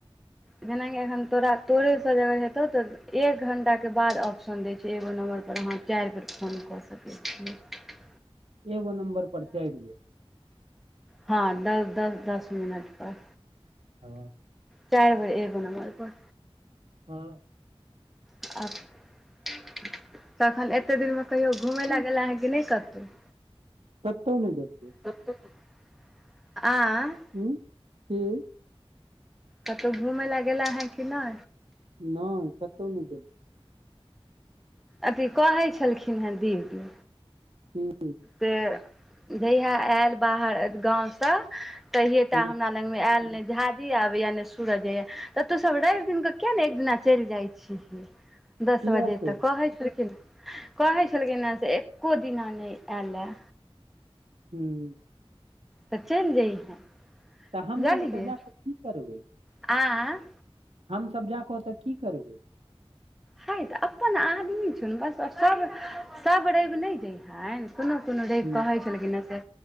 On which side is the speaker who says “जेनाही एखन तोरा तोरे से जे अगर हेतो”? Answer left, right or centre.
Centre